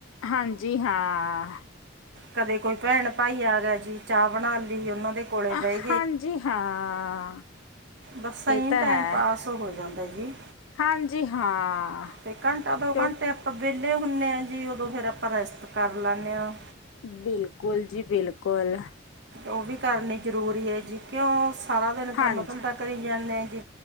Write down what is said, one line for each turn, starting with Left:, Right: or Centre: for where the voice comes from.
Left: ਹਾਂਜੀ ਹਾਂ।
Right: ਕਦੇ ਕੋਈ ਭੈਣ ਭਾਈ ਆ ਗਿਆ ਜੀ ਚਾਹ ਬਣਾ ਲਈ ਉਹਨਾਂ ਦੇ ਕੋਲੇ
Left: ਹਾਂਜੀ
Right: ਬਹਿ
Left: ਹਾਂ।
Right: ਬੱਸ ਐਹੀ
Left: ਇਹ ਤਾਂ
Right: ਟਾਈਮ
Left: ਹੈ
Right: ਪਾਸ ਹੋ ਜਾਂਦਾ ਜੀ।
Left: ਹਾਂਜੀ ਹਾਂ।
Right: ਤੇ ਘੰਟਾ ਦੋ
Left: ਕਿਉਂ
Right: ਘੰਟੇ ਆਪਾਂ ਵਿਹਲੇ ਹੁੰਦੇ ਆ ਜੀ ਉਦੋਂ ਫੇਰ ਆਪਾਂ ਰੈਸਟ ਕਰ ਲੈਨੇ ਆ।
Left: ਬਿਲਕੁਲ ਜੀ ਬਿਲਕੁਲ।
Right: ਉਹ ਵੀ ਕਰਨੀ ਜਰੂਰੀ ਹੈ ਜੀ ਕਿਉਂ ਸਾਰਾ ਦਿਨ
Left: ਹਾਂਜੀ
Right: ਕੰਮ ਧੰਦਾ ਕਰੀ ਜਾਨੇ